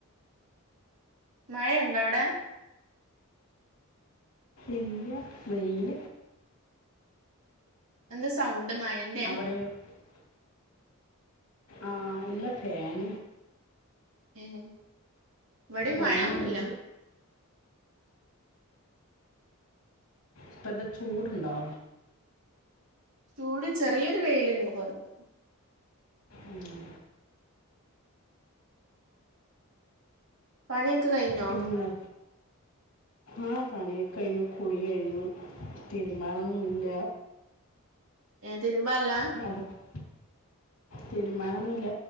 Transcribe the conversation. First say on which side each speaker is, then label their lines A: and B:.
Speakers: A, on the right (about 65°); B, on the left (about 75°).
A: മഴ ഉണ്ടോ അവിടെ?
B: ഇല്ല വെയിൽ.
A: എന്താ സൗണ്ട് മഴന്റെയ?
B: <unintelligible> ആഹ് അല്ല ഫാൻ
A: ഉം ഇവിടിം
B: ഫാൻ
A: മഴൊന്നുല്ല
B: ഒടുണ്ട്. ഇപ്പന്ത ചൂടുണ്ടോ?
A: ചൂടി ചെറിയൊരു വെയിലുണ്ട് പുറത്ത്.
B: ഉം
A: പണിയൊക്കെ കഴിഞ്ഞൊ?
B: പിന്നെ? ആഹ് പണിയൊക്കെ കഴിഞ്ഞു കുളി കഴിഞ്ഞു തീരുമ്പാനൊന്നുല്ല.
A: ഏഹ് തിരുമ്പാനില്ലാ
B: <unintelligible> തീരുമ്പാനൊന്നുല്ല